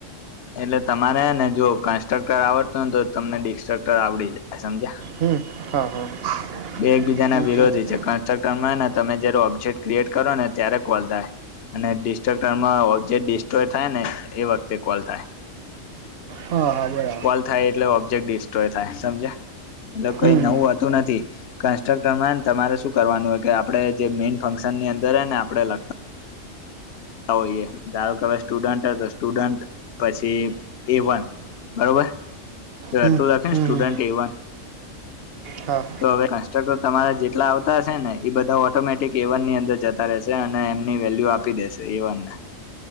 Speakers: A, on the left; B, on the right.
A: એટલે તમારે ને જો કન્સ્ટ્રક્ટર આવડતું હો ને તો તમને ડિસ્ટ્રક્ટર આવડી જાય સમજિયા?
B: હમ્મ, હા, હા.
A: બે એકબીજાના
B: હમ
A: વિરોધી છે, કન્સ્ટ્રક્ટરમાં ને તમે જયારે ઓબ્જેટ ક્રિએટ કરો ને ત્યારે કોલ થાય. અને ડિસ્ટક્ટરમાં ઓબ્જેક્ટ ડિસ્ટ્રોય થાય ને એ વખતે કોલ થાય.
B: હા, હા બરા
A: કોલ થાય એટલે ઓબ્જેક્ટ ડિસ્ટ્રોય થાય સમજિયા એટલે કોઈ
B: હમ હમ
A: નવું હોતું નથી. કન્સ્ટ્રક્ટરમાં ને તમારે શું કરવાનું હો કે આપડે જે મેઈન ફંક્શનની અંદર ને આપડે લખતા હોએ ધારો કે સ્ટુડન્ટ તો સ્ટુડન્ટ પછી એ વન બરોબર, તે
B: હમ
A: આટલું લખે
B: હમ
A: સ્ટુડન્ટ
B: હમ
A: એ વન
B: હા.
A: તો હવે કન્સ્ટ્રક્ટર તમારે જેટલા આવતા હશે ને એ બધા ઓટોમેટિક એ વનની અંદર જતા રહે છે અને એમની વેલ્યુ આપી દેશે એ વન ને.